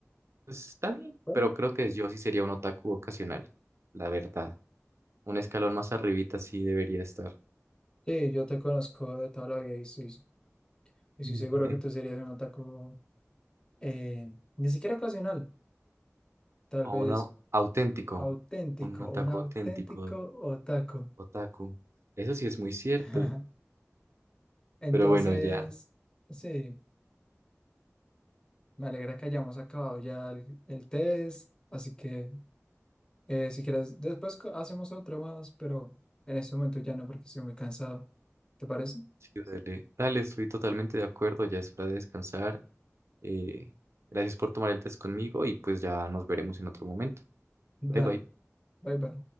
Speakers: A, on the right; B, on the left.
A: Pues está bien,
B: bueno,
A: pero creo que yo sí sería un otaku ocasional, la verdad. Un escalón más arribita sí debería estar.
B: sí, yo te conozco de toda la vida y estoy, estoy
A: Mm.
B: seguro que tú serías un ataco eh, ni siquiera ocasional, tal
A: O
B: vez
A: un au- auténtico,
B: auténtico,
A: un otaku
B: un auténtico
A: auténtico,
B: otaku.
A: otaku. Eso sí es muy cierto,
B: <laughs> Entonces,
A: pero bueno, ya,
B: sí, me alegra que hayamos acabado ya el, el test, así que eh, si quieres, después co- hacemos otro más, pero en este momento ya no porque estoy muy cansado. ¿Te parece?
A: sí, dale, dale, estoy totalmente de acuerdo, ya es hora de descansar. Eh, gracias por tomar el test conmigo y pues ya nos veremos en otro momento.
B: Dale,
A: Bye bye.
B: bye bye.